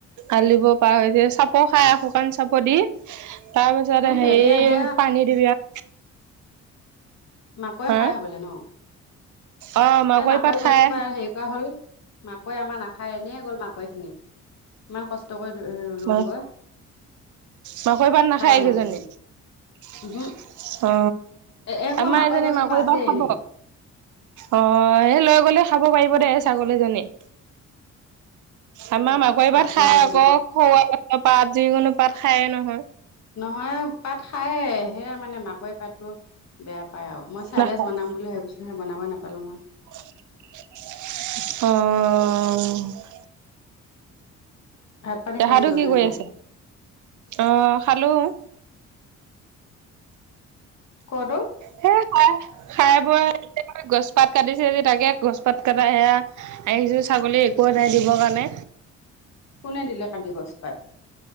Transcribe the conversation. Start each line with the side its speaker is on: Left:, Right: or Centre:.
Right: কালিব পাৰা হৈ যে চাপৰ খাই শুকান চাপৰ দি। তাৰ পিছত
Left: হৈছে
Right: হেৰি
Left: এতিয়া সেয়া
Right: পানী দিবি আ
Left: মাকৈ
Right: হা
Left: খাই হে পেলাই ন?
Right: অ
Left: এ মাকৈ
Right: পাত
Left: গছজোপাই
Right: খাই
Left: হেৰি কৰা হ'ল, মাকৈ আমাৰ নাখায় এনেই গ'ল মাকৈ খিনি। ইমান কষ্ট কৰি ৰুলোঁ
Right: অ
Left: গৈ।
Right: মাকৈ পাত নাখায়
Left: আমাৰ
Right: এইকেজনী।
Left: কেইজনী
Right: অহ
Left: উহো এ এসোপা
Right: আমাৰ
Left: মাকৈ
Right: এজনী
Left: গছজোপা
Right: মাকৈৰ
Left: আছে
Right: পাত খাব।
Left: এনেই
Right: অ হেই লৈ গলে খাব পাৰিব দে ছাগলীজনী। আমাৰ মাকৈ
Left: পাতসোপা
Right: পাত
Left: আছে
Right: খাই আকৌ
Left: তেনে
Right: খৰুৱা গছৰ পাত যিকোনো পাত খায়ে নহয়।
Left: নহয় পাত খায়ে সেয়া মানে মাকৈ পাতটো- বেয়া পাই আৰু মই চাইলেজ
Right: নাখায়
Left: বনাম বুলি ভাবিছিলোহে বনাবই নাপালো আৰু।
Right: অহ।
Left: ভাত পানী
Right: পেহাটো
Left: খালিগৈ
Right: কি
Left: নে
Right: কৰি
Left: নাই
Right: আছে? অ খালো।
Left: কত অ?
Right: সেই খাই খাই বৈ গছ পাত কাটিছে তাকে গছপাত কটা সেয়া- আহিছোঁ ছাগলী একোৱেই নাই দিবৰ কাৰণে।
Left: কোনে দিলে কাটি গছ পাত?